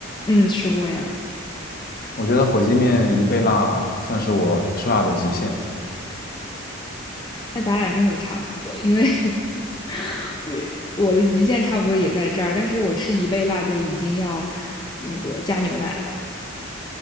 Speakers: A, on the left (about 20°); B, on the left (about 45°).
A: 嗯，吃过呀。
B: 我觉得火鸡面一倍辣算是我吃辣的极限。
A: 那咱俩真的差不多，因为 <laughs> 我的极限差不多也在这儿，但是我吃一倍辣就已经要那个加牛奶了。